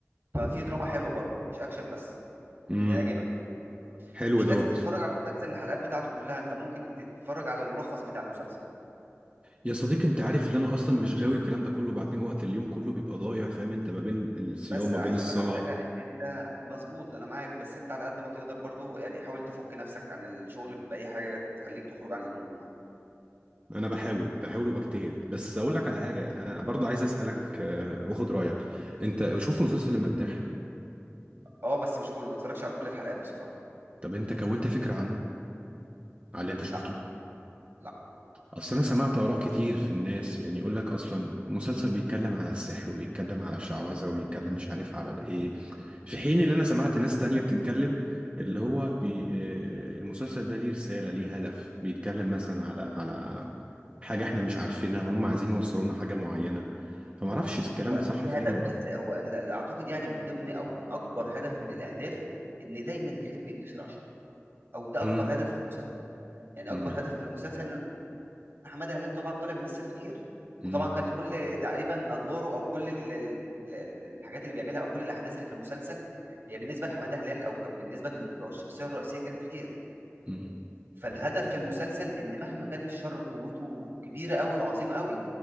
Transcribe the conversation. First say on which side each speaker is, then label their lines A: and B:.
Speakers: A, on the right; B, on the right.
A: ففي دراما حلوه برضه مش اكشن بس
B: امم
A: هيعجبك
B: حلو
A: مش
B: دوت
A: لازم تتفرج على المسلسل الحلقات بتاعته كلها انت ممكن تتفرج على الملخص بتاع المسلسل
B: يا صديقي انت عارف ان انا اصلا مش غاوي الكلام ده كله بعدين وقت اليوم كله بيبقى ضايع فاهم انت ما بين الصيام
A: بس
B: ما
A: عايز
B: بين الصلاه
A: اقول لك على حاجه إن انت مظبوط انا معاك بس انت على قد ما تقدر برضه يعني حاول تفك نفسك عن الشغل باي حاجه تخليك تخرج عن المود
B: انا بحاول بحاول وبجتهد بس اقول لك على حاجه انا برضه عايز اسالك آه، واخد رايك انت شفت مسلسل المداح
A: اه بس مش كله ما تتفرجش على كل الحلقات بصراحه
B: طب انت كونت فكره عنه على اللي انت شفته
A: لا لا
B: اصل انا سمعت اراء كتير في الناس يعني يقول لك اصلا مسلسل بيتكلم على السحر وبيتكلم على الشعوذه وبيتكلم مش عارف
A: تمام
B: على ايه في حين اللي انا سمعت ناس تانية بتتكلم اللي هو بي آه، المسلسل ده ليه رساله ليه هدف بيتكلم مثلا على على حاجه احنا مش عارفينها هم عايزين يوصلوا لنا حاجه معينه فما اعرفش الكلام
A: هو اكيد
B: ده صح
A: له
B: فين
A: هدف
B: ولا غلط
A: بس هو ال- ال- اعتقد يعني من ضمن او من اكبر هدف من الاهداف ان دايما الخير بينتصر على الشر او ده اكبر
B: مم.
A: هدف في المسلسل يعني
B: مم.
A: اكبر هدف في المسلسل ان حماده هلال طبعا طلع بيمثل الخير وطبعا
B: مم.
A: كانت كل تقريبا ادواره او كل ال- ال- ال- الحاجات اللي بيعملها او كل الاحداث اللي في المسلسل هي بالنسبه لحماده هلال او كان بالنسبه للشخصيه الرئيسيه كانت خير
B: مم.
A: فالهدف في المسلسل ان مهما كان الشر قوته كبيره قوي وعظيمه قوي